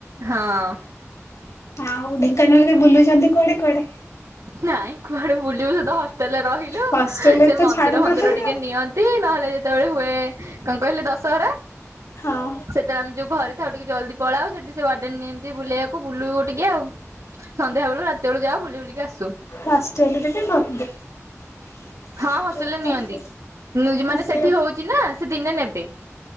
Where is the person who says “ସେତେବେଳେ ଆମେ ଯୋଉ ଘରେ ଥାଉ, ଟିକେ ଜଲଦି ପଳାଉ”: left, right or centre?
Right